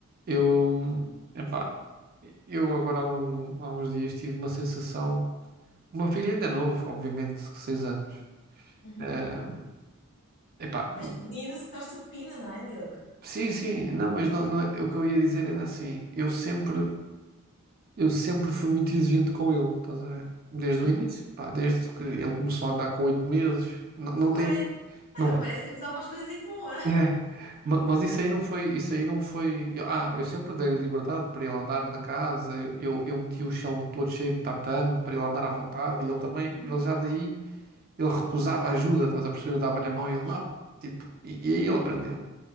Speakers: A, on the right (about 45°); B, on the left (about 80°).
A: Eu, epá, eu agora há, um- há uns dias tive uma sensação. O meu filho ainda é novo, obviamente, seis anos.
B: Uhum.
A: Eh, Epá,
B: Mas pequenino se torce o pepino, não é, Diogo?
A: sim, sim, não, mas não, não é- o que eu ia dizer era assim, eu sempre, eu sempre fui muito exigente com ele, estás a ver? Desde
B: Uhum.
A: o início, pá, desde que ele começou a andar com oito meses, não, não
B: Olha,
A: tem a ver, não,
B: então parece que temos algumas coisas em comum, ah?
A: <laughs> é, ma- mas isso aí não foi, isso aí não foi, eu- ah, eu sempre dei liberdade para ele andar na casa, eu, eu, eu meti o chão todo cheio de tatame para ele andar à vontade, e ele também,
B: Uhum.
A: ele já daí, ele recusava ajuda, estás a perceber? Eu dava-lhe a mão e ele, não,
B: Sim.
A: tipo, e, e aí ele aprendeu.